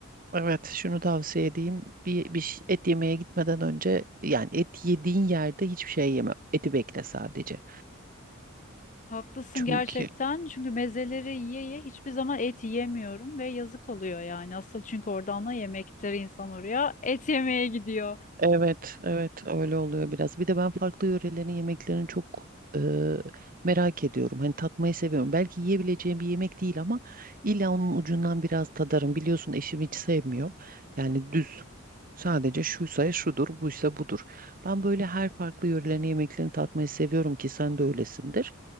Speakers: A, on the right; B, on the left.
A: evet şunu tavsiye edeyim. Bir, bir ş- et yemeye gitmeden önce yani et yediğin yerde hiçbir şey yeme. Eti bekle sadece.
B: Haklısın
A: Çünkü
B: gerçekten çünkü mezeleri yiye yiye hiçbir zaman et yiyemiyorum ve yazık oluyor yani asıl çünkü oradan da yemektir insan oraya et yemeye gidiyor.
A: Evet, evet öyle oluyor biraz. Bir de ben farklı yörelerin yemeklerini çok e, merak ediyorum. Hani tatmayı seviyorum. Belki yiyebileceğim bir yemek değil ama illa onun ucundan biraz tadarım. Biliyorsun eşim hiç sevmiyor. Yani düz. Sadece şuysa şudur, buysa budur. Ben böyle her farklı yörelerin yemeklerini tatmayı seviyorum ki sen de öylesindir.